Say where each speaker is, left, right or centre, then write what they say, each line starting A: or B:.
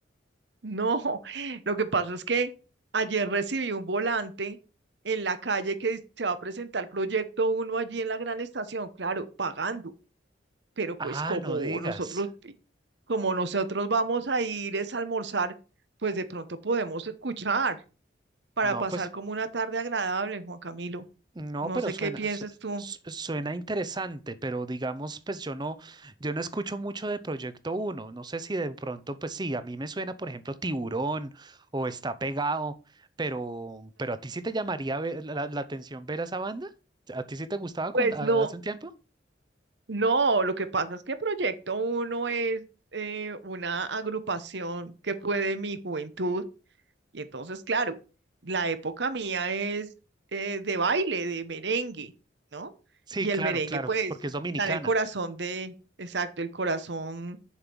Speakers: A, on the right; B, on the right.
A: No, <laughs> lo que pasa es que ayer recibí un volante en la calle que dice, se va a presentar Proyecto uno allí en la gran estación, claro, pagando. pero pues
B: Ah,
A: como
B: no digas.
A: nosotros, como nosotros vamos a ir es a almorzar, pues de pronto podemos escuchar para
B: No,
A: pasar
B: pues
A: como una tarde agradable, Juan Camilo.
B: No,
A: No
B: pero
A: sé
B: suena,
A: qué piensas
B: su-
A: tú.
B: su- suena interesante, pero digamos, pues yo no, yo no escucho mucho de Proyecto Uno. No sé si de pronto, pues sí, a mí me suena, por ejemplo, Tiburón o Está Pegado, pero, pero a ti sí te llamaría ver- la, la atención ver a esa banda. ¿A ti sí te gustaba cuando,
A: Pues
B: a-
A: no,
B: hace un tiempo?
A: no, lo que pasa es que Proyecto Uno es eh, una agrupación que fue de mi juventud, y entonces, claro, la época mía es eh, de baile, de merengue, ¿no?
B: Sí,
A: Y
B: claro,
A: el merengue,
B: claro,
A: pues,
B: porque es dominicana.
A: está en el corazón de, exacto, el corazón